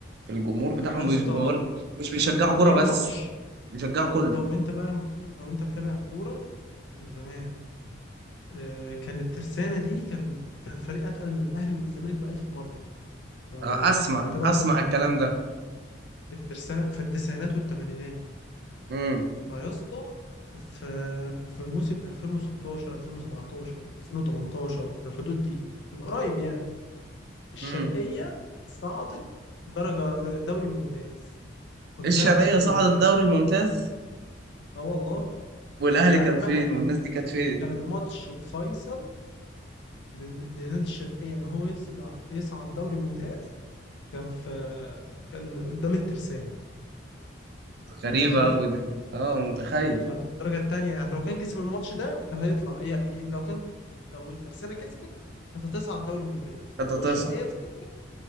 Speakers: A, on the right; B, on the left.
A: في الجمهور
B: فيا
A: بتاعهم
B: اسطى
A: بيش- بقول مش بيشجعوا كرة
B: جه
A: بس
B: ماتش
A: بيشجعوا
B: لو
A: كله
B: لو أنت بقى لو أنت متابع كورة من زمان آه، كان الترسانة دي كان كان فريق أتقل من الأهلي والزمالك بألف مرة لو
A: آه، اسمع
B: لو متابع
A: اسمع
B: كورة من
A: الكلام ده
B: الترسانة في التسعينات والثمانينات
A: امم
B: فيا اسطى في في موسم 2016 2017 2018 في الحدود دي من قريب يعني الشرقية
A: امم
B: صعدت درجة دوري ممتاز كنا
A: الشرقية
B: بنلعب في الدوري
A: صعدت
B: الممتاز
A: دوري ممتاز
B: اه والله
A: والاهلي
B: انت
A: كان
B: عارف بقى
A: فين
B: كان
A: والناس دي كانت فين
B: كان الماتش الفيصل لن- لنادي الشرقية ان هو يطلع يصعد دوري ممتاز كان في كان قدام الترسانة
A: غريبة
B: متخيل
A: قوي ده اه متخيل
B: ف- في الدرجة التانية يعني لو كان كسب الماتش ده كان هيطلع إيه لو كان لو الترسانة كسبت كانت هتصعد دوري ممتاز
A: كانت
B: لو
A: هتصعد
B: الشرقية كسبت،